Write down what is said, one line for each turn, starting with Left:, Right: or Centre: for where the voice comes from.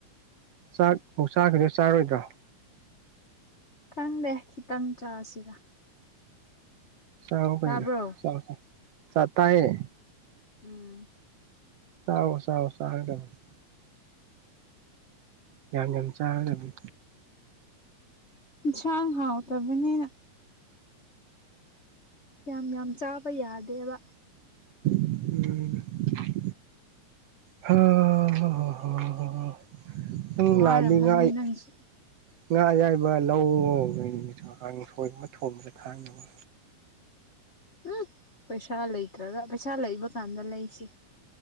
Right: ꯆꯥꯛ ꯃꯣꯛ ꯆꯥꯒꯦꯔ ꯆꯥꯔꯣꯏꯗ꯭ꯔꯣ
Left: ꯊꯪꯗꯦ ꯈꯤꯇꯪ ꯆꯥꯁꯤꯔ
Right: ꯆꯥꯎ ꯀꯩꯅꯣ
Left: ꯇꯥꯕ꯭ꯔꯣ
Right: ꯆꯥꯛꯄꯨ ꯆꯥꯛ ꯆꯥꯇꯥꯏꯌꯦ
Left: ꯎꯝ
Right: ꯆꯥꯔꯣ ꯆꯥꯔꯣ ꯆꯥꯔꯒ ꯃꯨꯛ ꯌꯥꯝ ꯌꯥꯝ ꯆꯥꯒꯗꯝꯅꯤ
Left: ꯏꯟꯁꯥꯡ ꯍꯥꯎ ꯇꯥꯕꯅꯤꯅ ꯌꯥꯝ ꯌꯥꯝ ꯆꯥꯕ ꯌꯥꯗꯦꯕ
Right: ꯎꯝ ꯍꯥ ꯍꯥ ꯍꯥ ꯅꯪ
Left: ꯋꯥꯔꯝꯃꯅꯤ
Right: ꯂꯥꯛꯅꯤꯡꯉꯥꯏ
Left: ꯅꯪꯁꯨ
Right: ꯉꯥ ꯑꯌꯥꯏꯕ ꯂꯧꯋꯣ ꯀꯥꯡꯁꯣꯏꯒꯨꯝꯕ ꯊꯣꯡꯕꯗ ꯊꯥꯛꯅꯕ
Left: ꯎꯝ ꯄꯩꯁꯥ ꯂꯩꯇ꯭ꯔꯒ ꯄꯩꯁꯥ ꯂꯩꯕ ꯀꯥꯟꯗ ꯂꯩꯁꯤ